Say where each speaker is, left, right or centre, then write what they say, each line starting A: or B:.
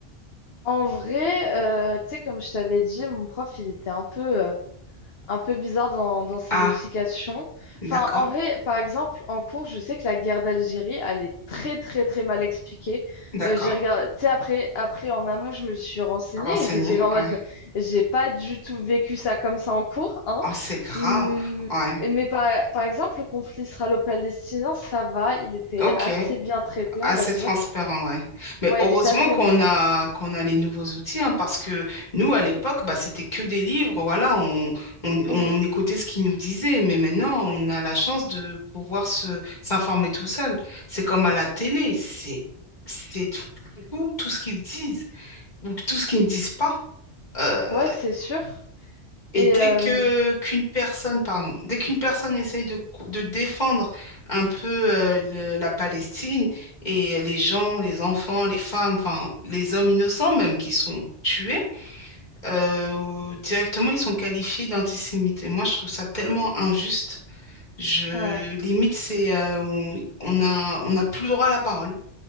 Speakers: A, on the left; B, on the left.
A: En vrai, euh, tu sais, comme je t'avais dit, mon prof, il était un peu, euh, un peu bizarre dans, dans ses
B: Ah,
A: explications.
B: d'accord,
A: Enfin, en vrai, par exemple, en cours, je sais que la guerre d'Algérie, elle est très, très, très mal expliquée.
B: d'accord.
A: Euh, j'ai regardé, tu sais, après, après, en amont, je me suis renseignée
B: Renseigné,
A: et j'étais là en mode,
B: ouais.
A: j'ai pas du tout vécu ça comme ça en cours, hein.
B: Oh, c'est grave,
A: Hum,
B: ouais.
A: Mais par, par exemple, le conflit israélo-palestinien, ça va, il était
B: Ok,
A: assez bien traité,
B: Assez
A: on va dire.
B: transparent, ouais. Mais
A: Ouais,
B: heureusement
A: il était assez
B: qu'on
A: neutre.
B: a qu'on a les nouveaux outils, hein, parce que nous, à l'époque, bah, c'était que des livres, voilà, on, on, on
A: Hum,
B: écoutait ce qu'ils nous disaient, mais maintenant, on a la chance de pouvoir se s'informer tout seul. C'est comme à la télé, c'est c'est tout, tout ce qu'ils disent ou tout ce qu'ils ne disent pas. Euh,
A: Ouais, c'est sûr.
B: et
A: Et
B: dès
A: euh,
B: que qu'une personne, pardon, dès qu'une personne essaye de, cou- de défendre un peu euh, le- la Palestine et les gens, les enfants, les femmes, enfin les hommes innocents même qui sont tués, euh, directement ils sont qualifiés d'antisémites. Et moi je trouve ça tellement injuste. Je
A: ouais.
B: limite c'est euh, on on a on n'a plus le droit à la parole.